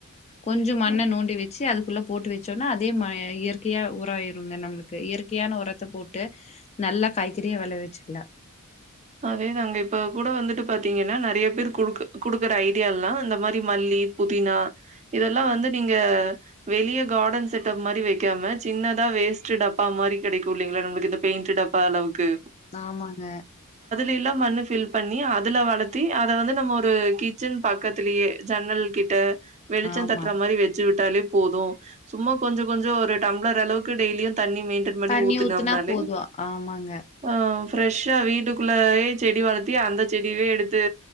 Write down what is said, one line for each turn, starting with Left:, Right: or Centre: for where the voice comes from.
Left: கொஞ்சம் மண்ண
Right: அ.
Left: நோண்டி வச்சு அதுக் குள்ள போட்டு வச்சோம்ன்னா அதே ம இயற்கையா ஒரம் ஆயிருங்க நம்மளுக்கு இயற்கையான ஒரத்த போட்டு நல்ல காய்கறிய விளைவிச்சுக்லா
Right: அதே தாங்க இப்ப கூட வந்துட்டு பாத்தீங்கன்னா நெறய பேர் குடுக்கு குடுக்குற ஐடியாலா இந்த மாரி மல்லி இ புதினா இதெல்லா வந்து நீங்க வெளிய கார்டன் செட்டப் மாரி வக்காம சின்ன தா வேஸ்ட்டு டப்பா மாரி கெடைக்கு இல்லைங்ளா நம்மளுக்கு இந்த பெயிண்ட்டு டப்பா அளவுக்கு
Left: ஆமாங்க
Right: பில்லா மண்ணு ஃபில் பண்ணி அதுல வளத்தி அத வந்து நம்ம ஒரு கிச்சன் பக்கத்திலேயே ஜன்னல் கிட்ட வெளிச்சந்தட்டுற
Left: ஆமா
Right: மாரி வெச்சு விட்டாலே போது சும்மா கொஞ்ச கொஞ்சோ ஒரு டம்ளர் அளவுக்கு டெய்லியு தண்ணி மெயின்டன் பண்ணி
Left: தண்ணி
Right: ஊத்துனோம்னாலே
Left: ஊத்துனா போது ஆமாங்க
Right: அ ஃப்ரெஷ்ஷா வீட்டுக்குள்ளயே செடி வளத்தி அந்த செடியவே எடுத்து